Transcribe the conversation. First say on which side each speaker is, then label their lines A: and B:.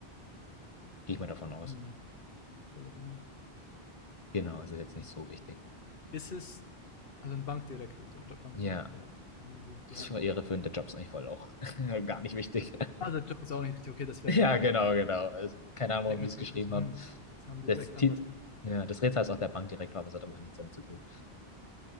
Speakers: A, on the left; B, on the left.
A: Gehe ich mal davon aus.
B: Hm, voller Wärme.
A: Genau, es ist jetzt nicht so wichtig.
B: Ist es, also ein Bankdirektor, oder Bankdirektor,
A: Ja,
B: da haben die,
A: das
B: die haben.
A: war irreführend. Der Job ist eigentlich voll auch <laughs> gar nicht wichtig. <laughs>
B: Also Job ist auch nicht richtig okay, das vielleicht
A: Ja,
B: dann auch
A: genau,
B: mal.
A: genau. Also, keine Ahnung, warum
B: Denken
A: die
B: wir
A: es
B: so,
A: geschrieben
B: das, hm,
A: haben.
B: das haben die
A: Das,
B: vielleicht
A: Ti-
B: anders.
A: ja, das Rätsel ist auch der Bankdirektor, aber es hat aber nichts damit zu tun.